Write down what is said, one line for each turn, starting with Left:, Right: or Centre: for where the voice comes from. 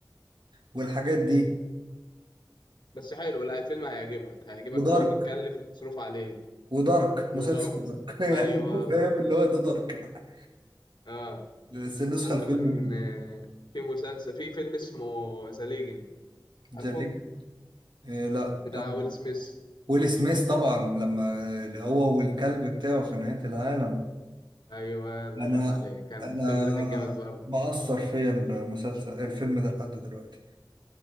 Right: والحاجات دي
Left: بس حلو لا الفيلم هيعجبك هيعجبك
Right: ودارك
Left: قوي متكلف ومصروف عليه
Right: ودارك
Left: وغامض
Right: مسلسل دارك <laughs>
Left: ايوه
Right: يعني هو فاهم اللي هو ده دارك بقى
Left: اه
Right: بس النسخه
Left: وكمان
Right: الفيلم من
Left: آه، في مسلسل في فيلم اسمه ذا ليجند عارفه
Right: ذا ليجند لا
Left: بتاع
Right: كان
Left: ويل سميث
Right: ويل سميث طبعا لما هو والكلب بتاعه في نهايه العالم
Left: ايوه الله
Right: انا
Left: ينور عليك كان
Right: انا
Left: الفيلم ده كان جامد برضه
Right: مأثر فيا المسلسل الفيلم ده لحد دلوقتي